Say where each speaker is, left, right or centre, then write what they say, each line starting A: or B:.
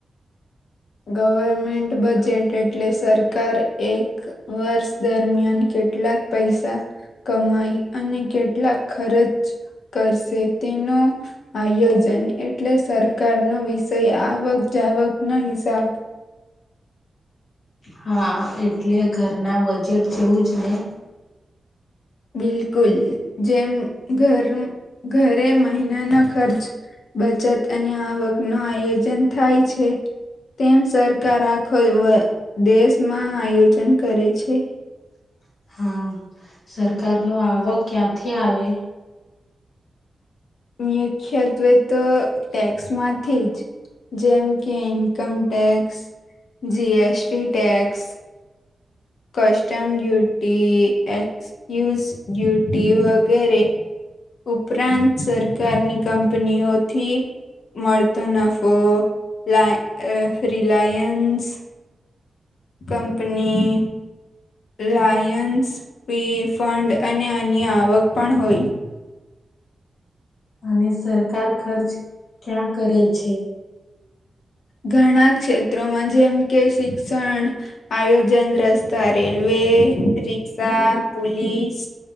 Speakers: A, on the left; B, on the left.
A: ગવર્મેન્ટ બજેટ એટલે સરકાર એક વર્ષ દરમિયાન કે કેટલાક પૈસા કમાઈ અને કેટલાક ખર્ચ કરશે. તેનો આયોજન એટલે સરકાર નો વિષય આ વખ <unintelligible> નો હિસાબ.
B: હા એટલે ઘરના બજેટ જેવું જ ને.
A: બિલકુલ જેમ ઘર ઘરે મહિનાનો ખર્ચ બચત અને આવકનું આયોજન થાય છે. તેમ સરકાર આખો દેશમાં આયોજન કરે છે.
B: <inaudible> હા, સરકારનો આવક ક્યાંથી આવે
A: મુખ્યત્વે, તો ટેક્સ માંથી જ. જેમ કે income tax G- S- T tax. Custom duty, excuse duty વગેરે. ઉપરાંત સરકારની, કંપનીઓથી મળતો નફો લાઈ, અ Reliance company Lions fee fund અને અન્ય આવક પણ હોય.
B: અને સરકાર ખર્ચ ક્યાં કરે છે?
A: ઘણા ક્ષેત્રોમાં જેમ કે શિક્ષણ, આયોજન રસ્તા રેલવે રિક્ષા પોલીસ